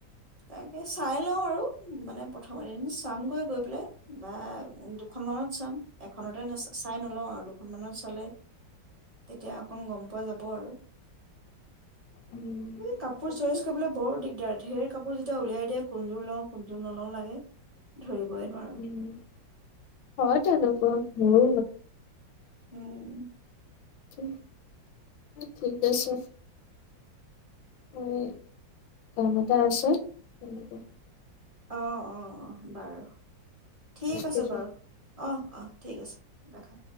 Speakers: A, on the right (about 30°); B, on the left (about 80°).
A: তাকে চাই লওঁ আৰু মানে প্ৰথম এদিন চামগৈ গৈ পেলাই বা দুখনমানত চাম এখনতে না চাই নলওঁ আৰু দুখনমানত চালে তেতিয়া অকণ গম পোৱা যাব আৰু।
B: উম,
A: এ কাপোৰ
B: সেইটোৱে
A: চইচ কৰিবলৈ
B: হয়
A: বৰ দিগদাৰ। হেৰ কাপ আপোৰ যেতিয়া উলিয়াই এ কোনযোৰ লওঁ কোনযোৰ নলওঁ লাগে ধৰিবই নোৱাৰো।
B: উম, হয় তেনেকুৱা মোৰো
A: উম।
B: চে ঠিক। আছে, মই কাম এটা আছে তেনেকে
A: অ', অ'। অ', বাৰু, ঠিক
B: ৰাখিছোঁ।
A: আছে বাৰু, অ', অ', ঠিক আছে ৰাখা।